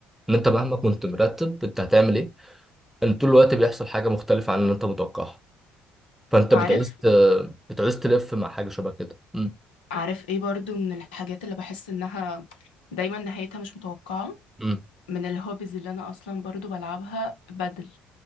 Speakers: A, in the centre; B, on the left.
A: ان انت مهما كنت مرتب انت هتعمل ايه ان طول الوقت بيحصل حاجه مختلفه عن اللي انت متوقعها فانت
B: عارف
A: بتعوز ت... بتعوز تلف مع حاجه شبه كده امم
B: عارف ايه برضو من الحاجات اللي بحس انها دايما نهايتها مش متوقعة
A: امم
B: من الهوبيز اللي انا اصلا برضو بلعبها بدل